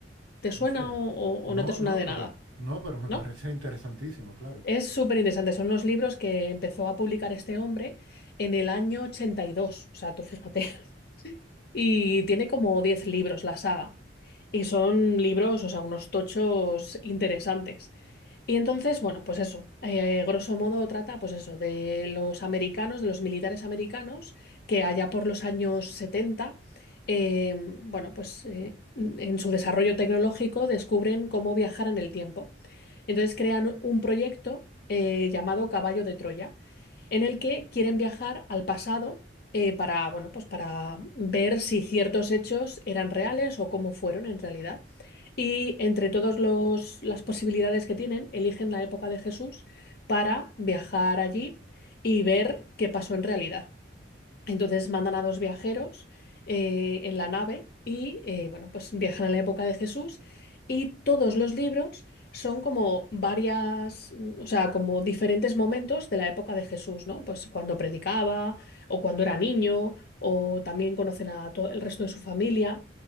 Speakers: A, on the left; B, on the right.
A: ¿Te suena
B: Hostia.
A: o, o- o no
B: No,
A: te suena
B: no,
A: de nada?
B: pero no, pero me
A: ¿No?
B: parece interesantísimo, claro.
A: Es súper interesante. Son unos libros que empezó a publicar este hombre en el año 82. O sea, tú fíjate. <laughs> Y tiene como 10 libros la saga. Y son libros, o sea, unos tochos interesantes. Y entonces, bueno, pues eso, eh, grosso modo trata, pues eso, de los americanos, de los militares americanos, que allá por los años 70, eh, bueno, pues eh, en su desarrollo tecnológico descubren cómo viajar en el tiempo. Entonces crean un proyecto eh, llamado Caballo de Troya, en el que quieren viajar al pasado eh, para, bueno, pues para ver si ciertos hechos eran reales o cómo fueron en realidad. Y entre todas las posibilidades que tienen, eligen la época de Jesús para viajar allí y ver qué pasó en realidad. Entonces mandan a dos viajeros eh, en la nave y eh, bueno, pues viajan a la época de Jesús y todos los libros son como varias, mm, o sea, como diferentes momentos de la época de Jesús, ¿no? Pues cuando predicaba o cuando era niño o también conocen a todo el resto de su familia.